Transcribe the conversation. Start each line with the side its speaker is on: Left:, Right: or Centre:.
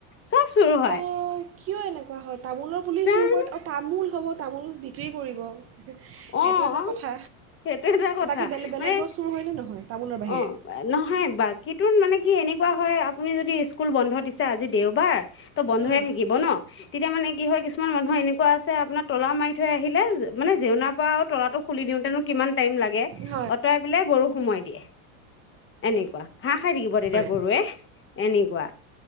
Left: চব চুৰ হয়।
Right: অঁ কিয় এনেকুৱা হয়? তামোলৰ পুলি
Left: জানো
Right: চুৰ কৰি। অ', তামোল হ'ব তামোল বিক্ৰী কৰিব
Left: অ',
Right: সেইটো এটা কথা
Left: সেইটো এটা
Right: আৰু
Left: কথা।
Right: বাকী বেলেগ বেলেগ
Left: মানে,
Right: গছ চুৰ হয়নে নহয় তামোলৰ বাহিৰে
Left: অ', নহয়। বাকী, ত'ণ, মানে, কি, এনে কোৱা হয়। আ আপুনি যদি স্কুল বন্ধ দিছ চা আজি দেওবাৰ ত বন্ধ
Right: উম,
Left: হৈ থাকিব ন তেতিয়া মানে কি হয় কিছুমান মানুহে এনেকুৱা আছে আপোনাৰ তলা মাৰি থৈ আহিলে মানে জেউনা বা তলা খুলি দিওঁতেনো কিমান টাইম লাগে
Right: হয়
Left: অঁতৰাই পৈলাই গৰু। সোমাই দিয়ে এনেকুৱা। ঘাঁহ খাই থাকিব তেতিয়া
Right: কৰে
Left: গৰুৱে, এনেকুৱা